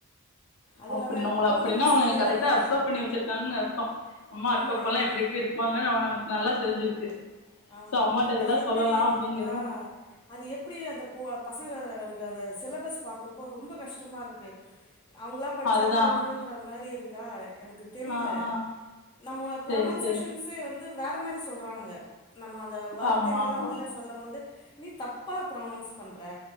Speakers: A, on the left; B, on the left.
A: அது
B: அப்டினு
A: இல்லாம எனக்கு
B: உங்க அப்டினா
A: போர்ஷன்ஸு
B: அவுங்க
A: தெரில
B: கரெக்டா அப்சர்வ் பண்ணி வச்சிருக்காங்கன்னு அர்த்தோ அம்மா
A: ஆமா
B: எப்பல்லாம்
A: என்ன
B: எப்டி எப்டி இருப்பாங்க ஏனா அவ நல்லா தெரிஞ்சிருக்கு
A: ஆமா
B: சோ அம்மாட்ட இதெல்லா
A: அது எப்டி
B: சொல்லலா அப்படிங்கறத
A: ஆ அது எப்டி அந்த பு பசங்க ளுக்கு அந்த சிலபஸ் பாக்றப்போ ரொம்ப கஷ்டமா இருக்கு அவுங்ளா படிச்சாதா
B: அதுதா
A: உண்டுன்ற மாரி இருக்கா எனக்கு தெரில
B: ஆ ஆ
A: நம்ம
B: சேரி
A: ப்ரனோன்சேஷஷன்ஸே
B: சேரி
A: வந்து ந்து வேற மாரி சொல்றானுங்க நம்ம அந்த வார்த்தைகள்ல்லா
B: ஆமா ஆமா
A: உள்ள சொல்லம்போது நீ தப்பா ப்ரனன்ஸ் பண்ற